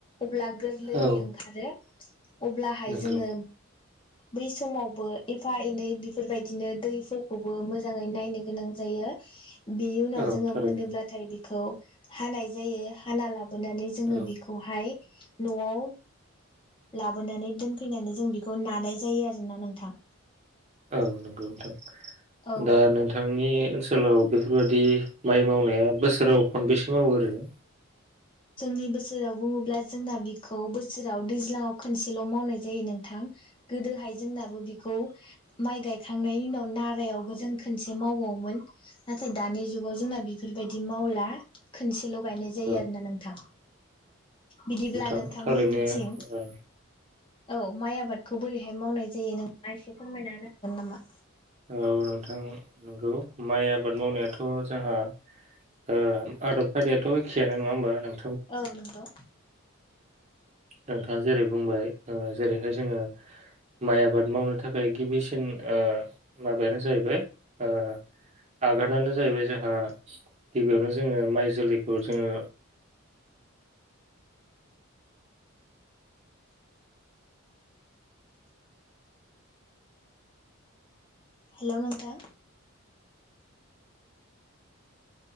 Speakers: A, on the left (about 25°); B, on the right (about 30°).
A: अब्ला गोर्लै
B: औ
A: ओंखारो अब्लाहाय
B: नंगौ
A: जोङो बै समावबो एफा एनै बेफोरबाय दिनो दैफोरखौबो मोजाङै नायनो गोनां जायो बिनि उनाव
B: औ
A: जोङो
B: थारैनो
A: मोनोब्लाथाय बिख खौ हानाय जायो हाना लाब बोनानै जोङो
B: औ
A: बेखौहाय न'आव लाबोनानै दोनफैनानै जों बेखौ नानाय जायो आरोना नोंथां
B: औ नंगौ नोंथां
A: औ
B: दा नोंथांनि ओनसोलाव बेफोरबादि माइ मावनाया बोसोराव खनबेसो मावो ओरैनो
A: जोंनि बोसोराव बुङोब्ला जोंना बिखौ बोसोराव दैज्लाङाव खनसेल' मावनाय जायो नोंथां गोदोहाय जोंनाबो बिखौ माइ गायखांनायनि उनाव नारायावबो जों खनसे मावबावोमोन नाथाय दानि जुगाव जोंना बेफोरबायदि मावला खनसेल' गायनाय जायो
B: औ
A: आरोना नों थां बिदिब्ला
B: नोंथां
A: नोंथांमोननिथिं
B: थारैनो औ
A: औ माइ आबादखौ बोरै हाय मावनाय जायो नों आं एसे फोरमायना हागोन नामा
B: औ नोंथां नंगौ माइ आबाद मावनायाथ' जोंहा ओ आदब खायदायाथ' एखेयानो नङा होमबा नों
A: औ नंगौ
B: नोंथाङा जेरै बुंबाय ओ जेरैहाय जोङो माइ आबाद मावनो थाखाय गिबिसिन ओ माबायानो जाहैबाय ओ आगानानो जाहैबाय जोंहा गिबियावनो जोङो माइ जोलैखौ जोङो।
A: हेल' नोंथां